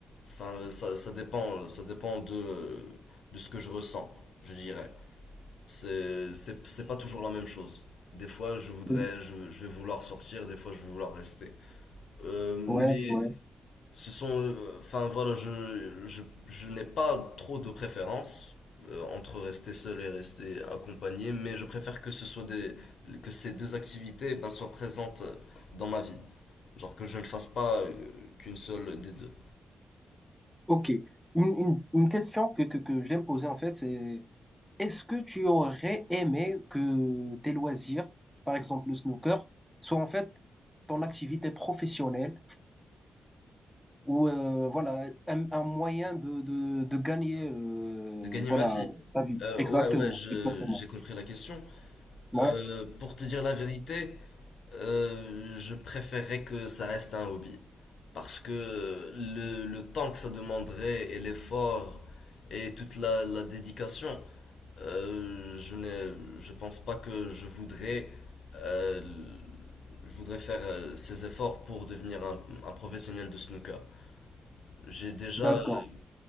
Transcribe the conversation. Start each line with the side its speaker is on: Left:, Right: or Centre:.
Left: enfin ça, ça dépend ça dépend de euh, de ce que je ressens, je dirais. C'est c'est c'est pas toujours la même chose. Des fois je voudrais
Centre: Oui.
Left: je, je vais vouloir sortir, des fois je vais vouloir rester. Euh, mais
Centre: Ouais, ouais.
Left: ce sont, euh, enfin voilà, je, je, je n'ai pas trop de préférence euh, entre rester seul et rester accompagné, mais je préfère que ce soit des, que ces deux activités ben, soient présentes dans ma vie. Genre que je ne fasse pas euh, qu'une seule des deux.
Centre: Ok. Une, une, une question que, que, que j'aime poser en fait, c'est est-ce que tu aurais aimé que tes loisirs, par exemple le snooker, soient en fait ton activité professionnelle ou euh, voilà un, un moyen de, de, de gagner euh,
Left: De gagner
Centre: voilà
Left: ma vie.
Centre: ta vie.
Left: Euh,
Centre: Exactement,
Left: ouais, ouais, je-
Centre: exactement.
Left: j'ai compris la question.
Centre: Ouais,
Left: Euh, pour te dire la vérité, euh, je préférerais que ça reste un hobby. Parce que le, le temps que ça demanderait et l'effort et toute la, la dédication, euh, je n'ai, je pense pas que je voudrais, euh, je voudrais faire euh, ces efforts pour devenir un, un professionnel de snooker. J'ai déjà,
Centre: d'accord,
Left: euh,